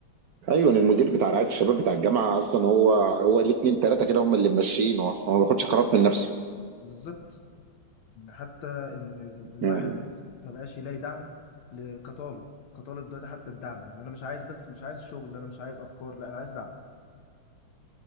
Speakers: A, on the right; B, on the left.
A: ايوه إن المدير بتاع رعايه الشباب بتاع الجامعه اصلا هو هو ليه اتنين تلاته كده هم اللي ماشيينه اصلا هو ما بياخدش قرارات من نفسه
B: بالظبط إن حتى ان الواحد
A: مم.
B: ما بقاش يلاقي دعم ل- كطالب كطالب دلوقتي حتى الدعم يعني انا مش عايز بس مش عايز شغل انا مش عايز افكار لا انا عايز دعم